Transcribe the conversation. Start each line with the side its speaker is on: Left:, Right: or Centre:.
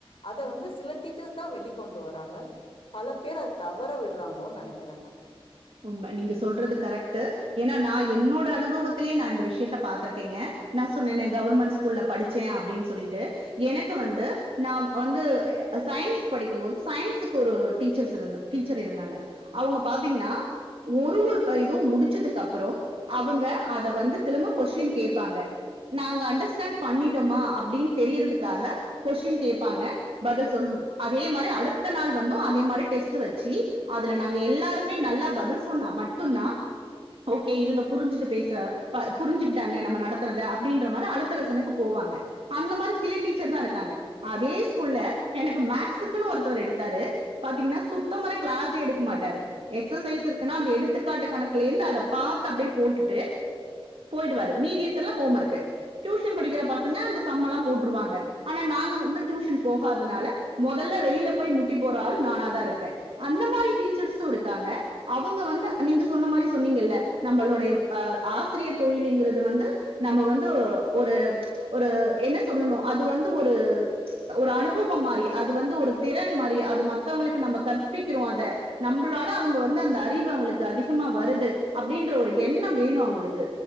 Left: அத வந்து சில டீச்சர்ஸ்தா வெளிக் கொண்டு வராங்க பல பேர் அத தவற விடுறாங்களோன் நெனைக்கிற நானு
Right: உண்ம நீங்க சொல்றது கரெக்ட்டு ஏன்னா நா என்னோட அனுபவத்திலேயே நா இந்த விஷ்யத்த பாத்துருக்கேங்க நா சொன்னனே கவுர்மெண்ட் ஸ்கூல்ல படிச்ச அப்டின் சொல்லிட்டு எனக்கு வந்து நா வந்து சயின்ஸ் படிக்கும் போது சயின்ஸுக்கு ஒரு டீச்சர்ஸ் இருந்தா டீச்சர் இருந்தாங்க அவுங்க பாத்தீங்கன்னா ஒரு ஒரு இதுவு முடிச்சதுக்கப்புறோ அவுங்க அத வந்து திளும்ப கொஸ்டின் கேப்பாங்க நாங்க அண்டர்ஸ்டேண்டு பண்ணிட்டோமா அப்டின் தெரியிறதுக்காக கொஸ்டின் கேப்பாங்க பதில் சொல்ணு அதே மாரி அடுத்த நாள் வந்து அதே மாரி டெஸ்ட்டு வெச்சு அதுல நாங்க எல்லாருமே நல்லா பது இது சொன்னா மட்டுந்தா ஓகே இவுங்க புருஞ்சுட்டு பேஸ் புருஞ்சுக்கிட்டாங்க நம்ம நடத்துனத அப்டின்னா மாரி அடுத்த லெசனுக்கு போவாங்க அந்த மாரி சில டீச்சர்ஸ்தா இருக்காங்க அது ஸ்கூல்ல எனக்கு கேக்சுக்குனு ஒருத்தவரு எடுத்தாரு பார்த்தீங்கன்னா சுத்தமர கிளாஸ்சே எடுக்க மாட்டாரு எக்ச சைஸ் இருக் க்னா அந்த எடுத்துக்காட்ட பாத்து அடியே போட்டு போயிவரு மீதிக்க ூ படிக்க பச அந்தம்ம எாம் போட்டுவாங்க ஆனா நாங்க வந்து ூன் போகாதனால முதல்ல வெளியில போய் முட்டி போறள் நான தான் இருப்பேன் அந்த மாதிரி டர் இருக்காங்க <unintelligible> அவங்க வந்து நீங்க சொன்ன மாரி சொன்னீங்கல்ல நம்மளுடைய அ ஆசிரியர் தொழிலுங்குறது வந்து நம்ம வந்து ஒரு ஒரு என்ன சொல்லணு அது வந்து ஒரு ஒரு அனுபவோம் மாரி அது வந்து ஒரு திறன் மாரி அது மத்தவங்களுக்கு நம்ம கற்பிக்கிறோ அத நம்பளால அவங்க வந்து அந் அந்த அறிவு அவங்களுக்கு அதிகமா வருது அப்டின்ற ஒரு எண்ணம் வேணு அவங்களுக்கு